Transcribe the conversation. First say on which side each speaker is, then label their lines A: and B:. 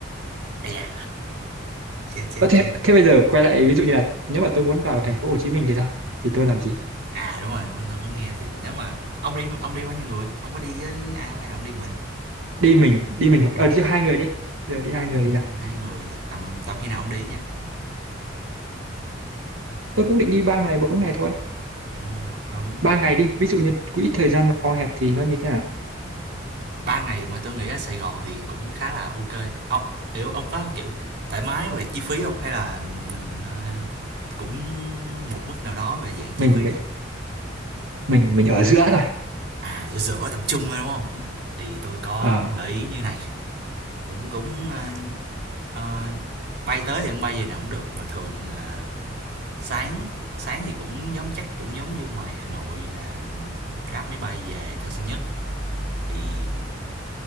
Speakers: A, on the right; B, on the right.
A: à da, chết, chết,
B: Ơ thế,
A: chết.
B: thế bây giờ quay lại ví dụ như là nếu mà tôi muốn vào
A: Ừm.
B: thành phố Hồ Chí Minh thì sao? Thì tôi làm gì?
A: À, đúng rồi, mình tao có nghe thì nếu mà ông đi ông đi bao nhiêu người? Ông có đi với ai không hay là ông đi mình?
B: Đi mình, đi mình hoặc
A: Đi
B: ờ đi hai người đi. Giờ đi hai người
A: ừm,
B: thì sao?
A: 2 người, tầm tầm khi nào ông đi á nhỉ?
B: Tôi cũng định đi ba ngày bốn ngày thôi.
A: À, 3-4
B: Ba
A: ngày.
B: ngày đi, ví dụ như quỹ thời gian mà co hẹp thì nó như thế nào?
A: ba ngày mà tôi nghĩ ở Sài Gòn thì cũng khá là ok ông kiểu ông có kiểu thoải mái về chi phí không hay là mình ờ, cũng một mức nào đó về dạng chi
B: Mình
A: phí thôi
B: mình mình ở giữa thôi.
A: à giữa giữa tầm trung thôi đúng không thì tôi có
B: Ờ.
A: gợi ý như này cũng cũng ờ, ờ, bay tới thì không bay về nào cũng được mà thường ờ, sáng sáng thì cũng giống chắc cũng giống như ngoài Hà Nội là đáp máy bay về Tân Sơn Nhất thì